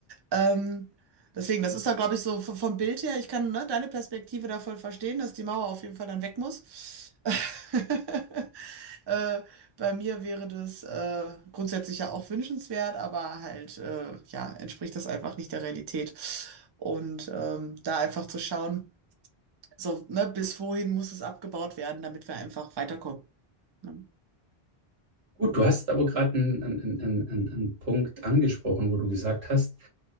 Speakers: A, on the right (about 40°); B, on the right (about 85°).
A: Ähm, deswegen, das ist da, glaube ich, so v- vom Bild her, ich kann, ne, deine Perspektive da voll verstehen, dass die Mauer auf jeden Fall dann weg muss. <laughs> äh, bei mir wäre das äh, grundsätzlich ja auch wünschenswert, aber halt, äh, ja, entspricht das einfach nicht der Realität. Und ähm, da einfach zu schauen, so, ne, bis wohin muss es abgebaut werden, damit wir einfach weiterkommen. Ne?
B: Gut, du hast aber gerade einen, einen, einen, einen einen Punkt angesprochen, wo du gesagt hast,